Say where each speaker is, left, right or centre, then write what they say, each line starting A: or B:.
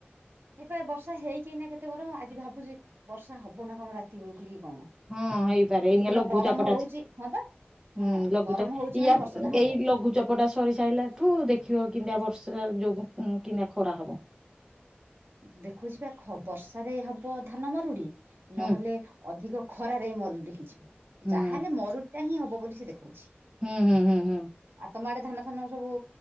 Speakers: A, on the right (about 70°); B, on the right (about 15°).
A: ଏଇପା ବର୍ଷା ହେଇକି ଏନା କେତେ ଗରମ ଆଜି ଭାବୁଚି ବର୍ଷା ହବ ନା କଣ ରାତି ବେଳୁକୁ କି କଣ।
B: ହଁ ହେଇପାରେ
A: ଯୋଉଦିନ
B: ଏଇନିକା ଲଘୁ
A: ଗରମ
B: ଚାପଟା
A: ହଉଛି
B: ଅଛି।
A: ହଁ ବା
B: ହୁଁ
A: ହଁ
B: ଲଘୁଚାପ
A: ଗରମ ହଉଛି
B: ଇଆ
A: ମାନେ ବର୍ଷା ଟା ହବ।
B: ଏଇ ଲଘୁଚାପ୍ ପଟା ସରିସାଇଲାଠୁ ଦେଖିବ କେମତିଆ ବର୍ଷା ଯୋଗୁଁ ଉଁ କିମତିଆ ଖରା ହବ।
A: ଦେଖୁଚି ପା ଖ-ବର୍ଷାରେ ହବ ଧାନ ମରୁଡି।
B: ହୁଁ
A: ନହେଲେ ଅଧିକ ଖରାରେ ମରୁଡି ହେଇଯିବ
B: ହୁଁ
A: ଯାହାହେଲେ ମରୁଡ଼ିଟା ହିଁ ହବ ବୋଲି ସିଏ ଦେଖୋଉଚି।
B: ହୁଁ ହୁଁ ହୁଁ ହୁଁ
A: ଆଉ ତମ ଆଡେ ଧାନ ଫାନ ଆଉ ସବୁ